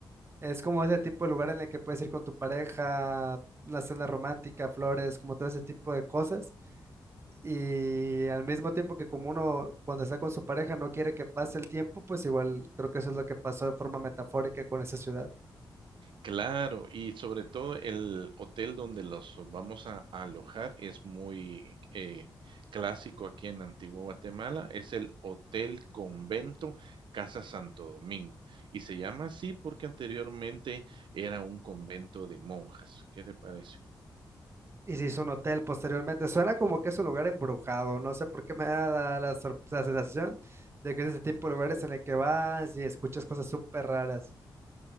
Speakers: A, on the right (about 30°); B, on the right (about 80°).
A: es como ese tipo de lugar en el que puedes ir con tu pareja, una cena romántica, flores, como todo ese tipo de cosas. Y al mismo tiempo que como uno cuando está con su pareja no quiere que pase el tiempo, pues igual creo que eso es lo que pasó de forma metafórica con esa ciudad.
B: Claro, y sobre todo el hotel donde los vamos a a alojar es muy eh, clásico aquí en Antigua Guatemala, es el Hotel Convento Casa Santo Domingo. Y se llama así porque anteriormente era un convento de monjas. ¿Qué te parece?
A: Y se hizo un hotel posteriormente. Suena como que es un lugar embrujado. No sé por qué me da la, la sor- la sensación de que es ese tipo de lugares en el que vas y escuchas cosas súper raras